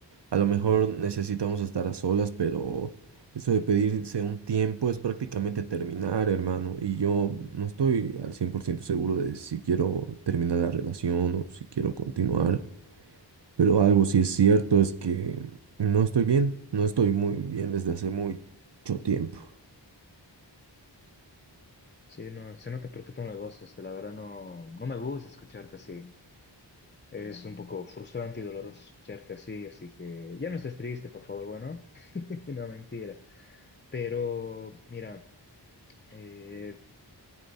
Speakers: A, on the right; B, on the left.
A: A lo mejor necesitamos estar a solas, pero eso de pedirse un tiempo es prácticamente terminar, hermano. Y yo no estoy al 100% seguro de si quiero terminar la relación o si quiero continuar. Pero algo sí es cierto es que no estoy bien, no estoy muy bien desde hace mucho tiempo.
B: Sí, no, se nota por tu tono de voz, este, la verdad no, no me gusta escucharte así. Es un poco frustrante y doloroso escucharte así, así que ya no estés triste, por favor, bueno, <laughs> no mentira. Pero mira, eh,